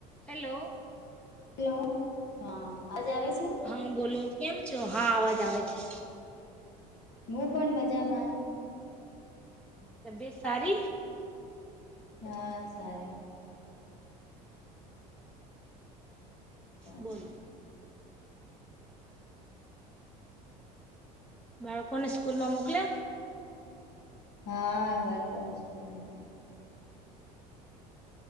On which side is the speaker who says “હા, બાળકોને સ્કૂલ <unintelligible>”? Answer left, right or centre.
Left